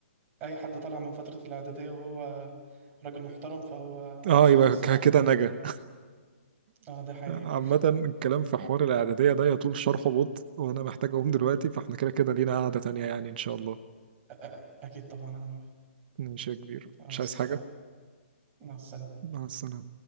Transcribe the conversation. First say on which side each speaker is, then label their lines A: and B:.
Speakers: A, on the right; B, on the right.
A: اي حد طلع من فترة الاعدادية وهو راجل محترم فهو عاش
B: اه يبقى
A: عليه الصراحة
B: ك- كده نجا
A: اه ده حقيقة
B: عامة الكلام في حوار الإعدادية ده يطول شرحه بط وأنا محتاج أقوم دلوقتي فاحنا كده كده لينا قعدة تانية يعني إن شاء الله
A: أ- أ- اكيد طبعا انا موافق
B: ماشي يا كبير
A: خلاص
B: مش عايز
A: اتفقنا
B: حاجة
A: مع السلامة
B: مع السلامة